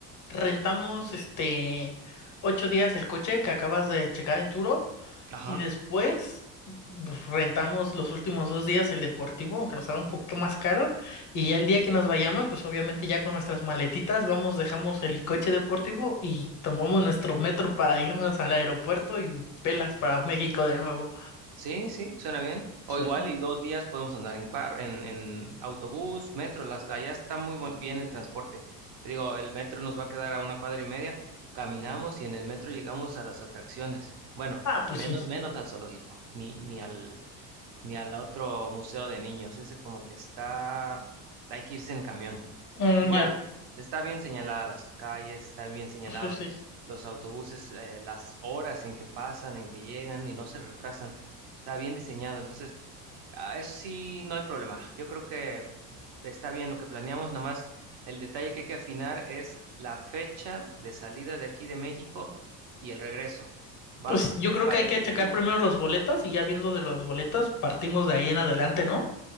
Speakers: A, on the left (about 40°); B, on the right (about 50°).
A: rentamos este 8 días el coche que acabas de checar en Turo
B: ajá.
A: Y después pues, rentamos los últimos dos días el deportivo, aunque nos sale un poquito más caro. Y ya el día que nos vayamos, pues obviamente ya con nuestras maletitas vamos, dejamos el coche deportivo y tomamos nuestro metro para irnos al aeropuerto y pelas para México de nuevo.
B: Sí, sí, suena bien.
A: Sí.
B: O igual, y dos días podemos andar en carro, en, en autobús, metro. Las, allá está muy buen- bien el transporte. Te digo, el metro nos va a quedar a una cuadra y media. Caminamos y en el metro llegamos a las atracciones. Bueno,
A: Ah, pues
B: menos,
A: sí.
B: menos al zoológico, ni, ni al, ni al otro museo de niños. Ese como que está, hay que irse en camión.
A: Mm,
B: Igual,
A: ya.
B: está bien señalada las calles, están bien señalados
A: Sí, sí.
B: los autobuses, eh, las horas en que pasan, en que llegan y no se retrasan. Está bien diseñado. Entonces, ah, eso sí, no hay problema. Yo creo que está bien lo que planeamos. Nada más el detalle que hay que afinar es la fecha de salida de aquí de México y el regreso. ¿Va?
A: Pues yo
B: ¿Te
A: creo
B: parece
A: que hay que checar
B: como,
A: primero los boletos y ya viendo de los boletos partimos de ahí en adelante, ¿no?